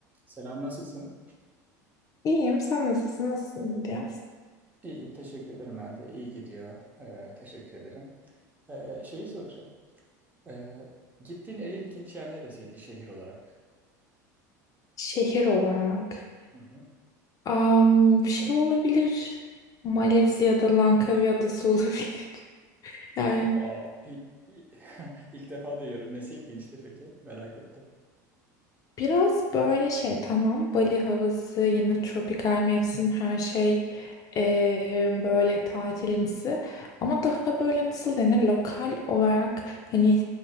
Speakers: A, on the right; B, on the left.
A: Selam, nasılsın?
B: İyiyim. Sen nasılsın? Nasıl gidiyor?
A: İyiyim, teşekkür ederim ben de. İyi gidiyor. Ee, teşekkür ederim. Ee, şeyi soracağım. Ee, gittiğin en ilginç yer neresiydi şehir olarak?
B: Şehir olarak.
A: Hı hı.
B: Am, şey olabilir. Malezya'da Langkawi Adası olabilir. <laughs> Yani
A: Aa, i- i- <laughs> ilk defa duyuyorum. Nesi ilginçti peki? Merak ettim.
B: Biraz böyle şey tamam Bali havası yine tropikal mevsim her şey eee, böyle tatilimsi ama daha böyle nasıl denir lokal olarak hani